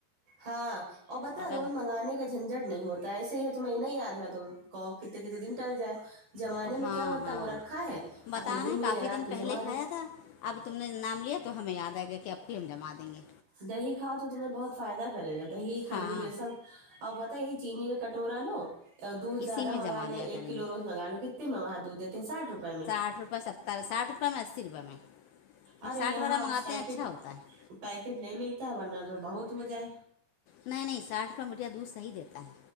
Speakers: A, on the right; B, on the left.
A: ہاں اور بتا
B: اگر
A: روز منگانے کا جھنجٹ نہیں ہوتا ایسے ہی تمہیں نہیں یاد رہا تو کہ کتنے کتنے دن ٹل جائے جمانے
B: وہ
A: میں
B: ہاں
A: کیا ہوتا
B: ہاں
A: ہے وہ رکھا ہے
B: بتا
A: اپنے
B: رہے
A: دن
B: ہیں
A: میں
B: کافی
A: یا رات میں
B: پہلے
A: جما
B: کھایا
A: د
B: تھا اب تم نے نام لیا تو ہمیں یاد آئے گا کہ آب بھی ہم جما دیں گے
A: دہی کھؤ تو تمہیں بہت فائدہ کرے گا دہی کھجور
B: ہاں
A: یہ سب اور پتا یہی چینی کا کٹورا لو اور دودھ زیادہ
B: اسی میں
A: منگا
B: جما
A: لیا
B: دیا
A: ایک
B: کریں
A: کلو
B: گے
A: روز منگا لو کتنے میں وہاں دودھ دیتے ہیں ساٹھ روپئے میں
B: آٹ رپ سات تر ساٹھ رپئے میں اسی روپئے میں ہم
A: ارے
B: ساٹھ
A: یہاں
B: والا منگاتے
A: پیکٹ
B: ہیں اچھا ہوتا ہے
A: پیکٹ نہیں ملتا ہے ورنہ تو بہت ہو جائے
B: نہیں نہیں ساٹھ روپئے میٹریا دورھحیح دیتا ہے